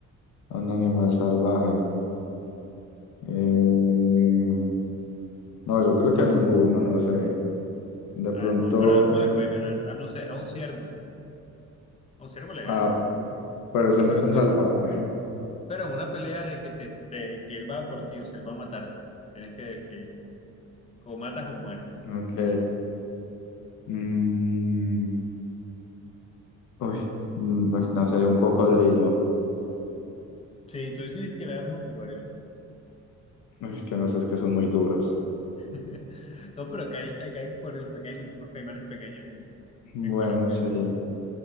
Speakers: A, on the left; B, on the left.
A: a un animal salvaje. Eh, no, yo creo que a ninguno, no sé. De
B: Ah,
A: pronto,
B: no, pero a alguno le puede ganar. Ah, no sé, a un ciervo. A un ciervo le ganas.
A: ah,
B: O
A: pero eso
B: sea,
A: no
B: pero
A: es tan
B: una,
A: salvaje.
B: pero una pelea de que, te, te- que él va por ti, o sea, él va a matarte. Tienes que, que, que- o matas o mueres.
A: Ok. Mm, Uy, mm, uy, no sé, un cocodrilo.
B: Sí, tú dices que le ganas a un cocodrilo.
A: Uy, Es que no sé, es que son muy duros.
B: <laughs> No, pero acá hay, acá hay cocodrilos pequeños, unos caimanes pequeños en,
A: Bueno,
B: en Colombia.
A: sí.